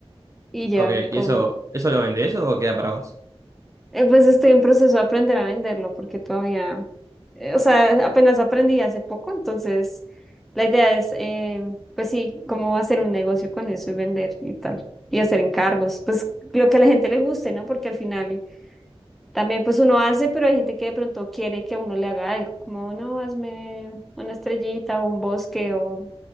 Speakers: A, in the centre; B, on the right.
A: y ya,
B: ok,
A: como...
B: ¿y eso, eso lo vendés o queda para vos?
A: Eh, Pues estoy en proceso de aprender a venderlo porque todavía, eh, o sea, apenas aprendí hace poco, entonces la idea es, eh, pues sí, cómo hacer un negocio con eso y vender y tal, y hacer encargos, pues lo que a la gente le guste, ¿no? Porque al final también pues uno hace, pero hay gente que de pronto quiere que uno le haga algo, como no, hazme una estrellita o un bosque o,